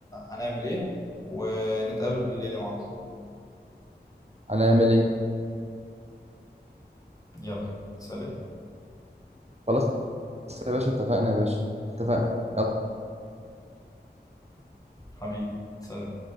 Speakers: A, on the left (about 20°); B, on the right (about 35°).
A: هنعمل ايه ونتقابل بالليل يا معلم
B: هنعمل ايه
A: يلا سلام
B: خلاص يا باشا اتفقنا يا باشا اتفقنا
A: حبيبي سلام